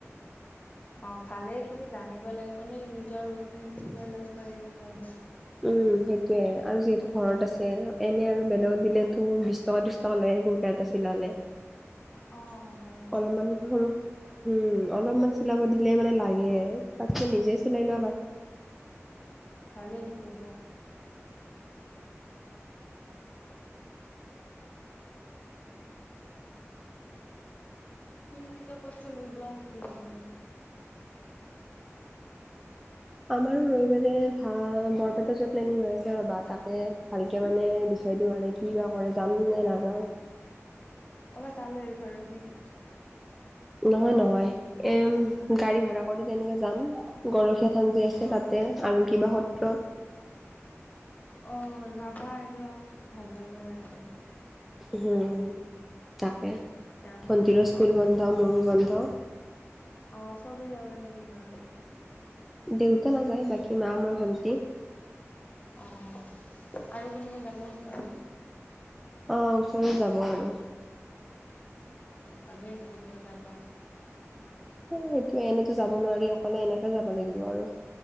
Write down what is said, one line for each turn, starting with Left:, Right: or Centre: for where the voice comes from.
Left: অ, ভালে এই খিনি জানিব লাগে মানে নিজৰ বস্তু খিনি লব পাৰিলে ভাল হয়।
Centre: উম, সেইটোয়ে আৰু যিহেতু ঘৰত আছে এনে আৰু বেলেগত দিলেতো বিশ টকা কুৰ্তা এটা চিলালে।
Left: অ, ল লও। <unintelligible>
Centre: অলপমান সৰু উম, অলপমান চিলাব দিলে মানে লাগে তাতকৈ নিজে চিলাই লোৱা ভাল।
Left: ভালেই হৈছে দিয়া। তুমি পিছে কটো নো যোৱা নেকি য
Centre: আমাৰো ৰৈ মোলী ভা বৰপেটাত যোৱা প্লেনিং হৈ আছে ৰ'বা তাকে ভালকে মানে দিচাই দিও নেকি? কি বা কৰে যাম নে নাযাও।
Left: অবাৰ তালৈ ঘৰত নেক কি? <unintelligible>
Centre: নহয় - নহয় এ গাড়ী ভাড়া কৰিকেনে যাম। গৰখীয়া থান যেি আছে
Left: অ',
Centre: তাতে আৰু কিবা সত্ৰত।
Left: অ, যাবা সেইবিলাকত ভাল লাগে আৰু।
Centre: উম, তাকে
Left: যাব
Centre: ভণ্টীৰ
Left: লাগে।
Centre: স্কুল বন্ধ মোৰো বন্ধ।
Left: অ, চবে যাবা নেকি ঘৰত।
Centre: দেউতা নাযায় বাকী মা মই ভণ্টি।
Left: অ, আৰু কোনোবা যাব বিচাৰো
Centre: অ, ওচৰে যাব আৰু।
Left: ভালে আছা দিয়া জাবা।
Centre: এ এইটো এনেতো যাব নোৱাৰি অকলে এনেকে যাব লাগিব আৰু।